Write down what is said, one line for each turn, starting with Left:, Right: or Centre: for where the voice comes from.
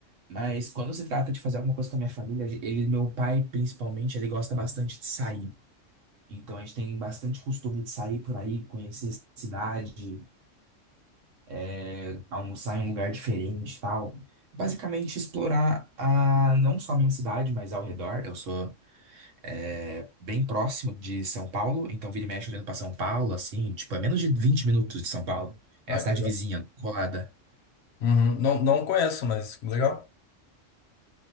Right: Mas quando se trata de fazer alguma coisa com a minha família, ele, meu pai principalmente, ele gosta bastante de sair. Então a gente tem bastante costume de sair por aí, conhecer a cidade, é, almoçar em um lugar diferente, e tal. Basicamente explorar a, não só a minha cidade, mas ao redor. Eu sou é bem próximo de São Paulo, então vira e mexe olhando pra São Paulo, assim, tipo, é menos de 20 minutos de São Paulo. É
Left: Ah,
Right: a cidade
Left: que legal.
Right: vizinha, colada.
Left: Uhum. Não, não conheço, mas legal.